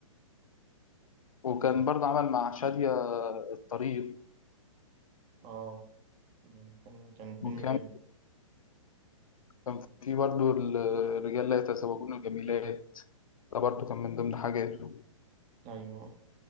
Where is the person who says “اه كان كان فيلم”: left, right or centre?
Right